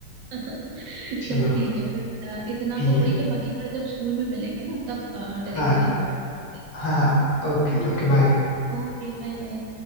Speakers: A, on the right; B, on the left.
A: <laughs>
B: चलो
A: चलो ठीक है फिर अ, इतना
B: ठीक
A: तो हो
B: है
A: ही गया बाकी कल जब स्कूल में मिलेंगे ना तब डायरेक्टली
B: हाँ
A: हम लोग है
B: हाँ ओके
A: ना?
B: Okay bye
A: Okay bye bye